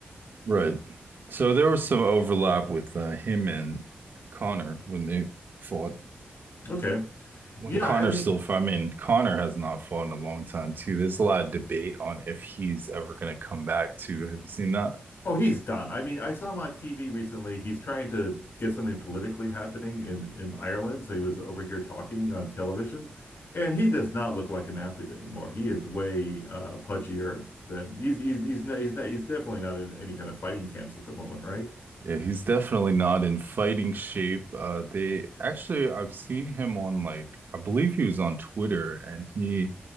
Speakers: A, on the right; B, on the left.
A: Right. So there was some overlap with uh, him and Connor when they fought.
B: Okay.
A: When
B: Yeah,
A: Connor
B: I mean,
A: still fought, I mean, Connor has not fought in a long time too. There's a lot of debate on if he's ever going to come back too. Have you seen that?
B: Oh, he's done. I mean, I saw him on TV recently. He's trying to get something politically happening in in Ireland, so he was over here talking on television, and he does not look like an athlete anymore. He is way uh, pudgier than he's he's he's not, he's not, he's definitely not in any kind of fighting camps at the moment, right?
A: Yeah, he's definitely not in fighting shape. Uh, they actually, I've seen him on like, I believe he was on Twitter and he